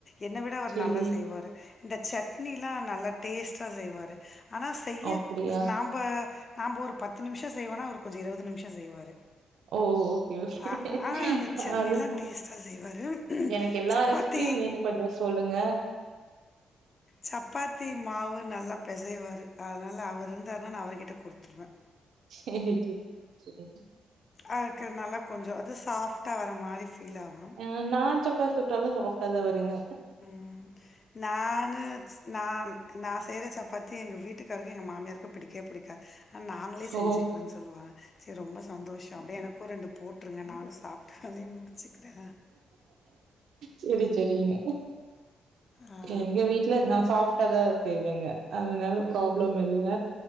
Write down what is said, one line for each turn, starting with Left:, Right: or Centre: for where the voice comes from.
Left: என்ன விட அவர்
Right: சரி.
Left: நல்லா செய்வாரு இந்த சட்னிலா நல்லா டேஸ்ட்டா செய்வாரு ஆனா செய்யக்
Right: அப்படியா?
Left: நாம்ப நாம்ப் ஒரு பத்து நிம்ஷோ செய்வன்னா அவர் கொஞ்சு இருவது நிம்ஷோ செய்வாரு
Right: ஓ! Okay, okay.
Left: ஆ ஆ அந்த சட்னில்லா
Right: அது
Left: டேஸ்ட்டா செய்வாரு
Right: எனக்கு எல்லா
Left: சப்பாத்தி
Right: ரெசிபியும் வேணும் கொஞ்சம் சொல்லுங்க.
Left: சப்பாத்தி மாவு நல்லா பிசைவாரு அதனால அவர் இருந்தார்னா நா அவர்கிட்ட குடுத்துருவே
Right: ஷேரிச்சுக் செரி
Left: ஆ க்கற்னால கொஞ்சு அது சாஃப்ட்டா வர மாரி ஃபீல் ஆகு
Right: ஆ நான் சப்பாத்தி சுட்டாலு சாஃப்ட்டாதா வருங்க
Left: ம் நானுட்ஸ் நான் நா செய்ற சப் ப்பாத்தேங் எங்க வீட்டுக்காருக்கு எங்க மாமியாருக்கு பிடிக்கே பிடிக்கா ஆ நாங்களே செஞ்சிக்வேன்
Right: ஓ!
Left: சொல்லுவா ச்சே ரொம்ப சந்தோஷோ அப்டே எனக்கு ரெண்டு போட்ருங்க நாலு சாப்ட்டாலே முடிச்சுக்றே
Right: ச்சரி ச்சரிங்க
Left: ஆ
Right: எங்க வீட்ல நா சாஃப் ட்டதா செய்வேங்க அதனால ப்ராப்ளம் இல்ல